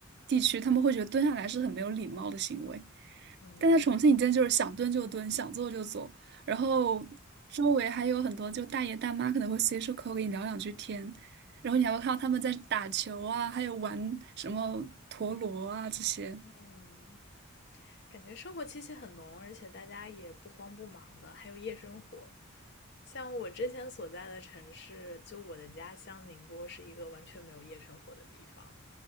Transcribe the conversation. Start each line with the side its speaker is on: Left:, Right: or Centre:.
Right: 地区，他们会觉得蹲下来是很没有礼貌的行为。
Left: 嗯。
Right: 但在重庆，你真就是想蹲就蹲，想坐就坐，然后周围还有很多就大爷大妈可能会随手可口跟你聊两句天，然后你还会看到他们在打球啊，还有玩什么陀螺啊这些
Left: 嗯。感觉生活气息很浓，而且大家也不慌不忙的，还有夜生活。像我之前所在的城市，就我的家乡宁波是一个完全没有夜生活的地方，